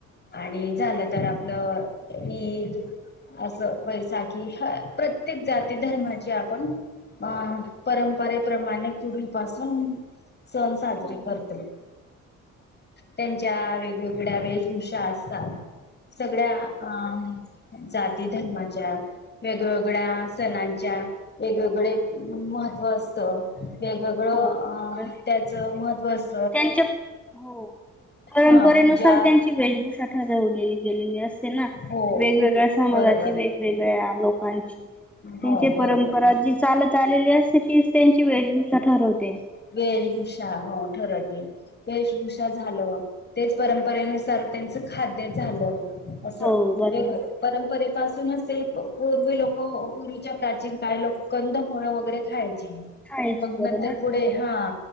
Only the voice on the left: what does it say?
आणि झालं तर आपलं ईद असं वैसाखी ह प्रत्येक जाती धर्माची आपण अ परंपरेप्रमाणे पूर्वी पासून सण साध त
त्यांच्या वेगवेगळ्या वेभूषा असतात सगळ्या अ जाती धर्माच्या वेगवेगळ्या सणांच्या वेगवेगळे महत्त्व असतं वेगवेगळं
अ त्याचं महत्त्व असत
हा पूजा
हो
बरोबर
हो बरोबर
वेशभषा हो ठरते ये वेशभूषा झाल तेच परंपरेनुसार त्यांचं खाद्य झालं असं
वेग परंपरेपासूनच ते पूर्वी लोक पूर्वीच्या प्राचीन काळे लोक कंद होणं वगैरे खाय
मग
नंतर ते हा